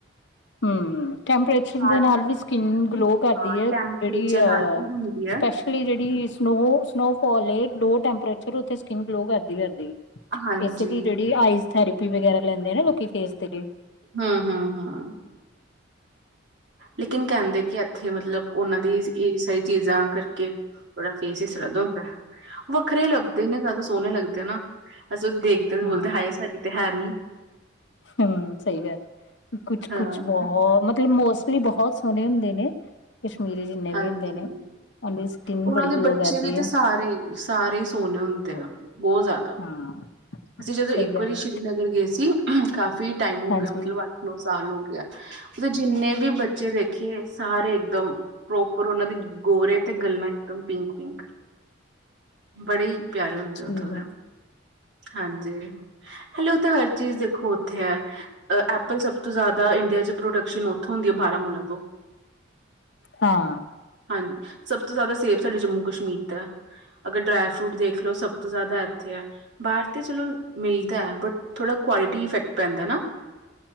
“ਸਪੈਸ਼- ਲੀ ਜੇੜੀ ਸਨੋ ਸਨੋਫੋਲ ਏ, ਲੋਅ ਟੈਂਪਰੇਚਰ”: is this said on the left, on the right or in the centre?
Left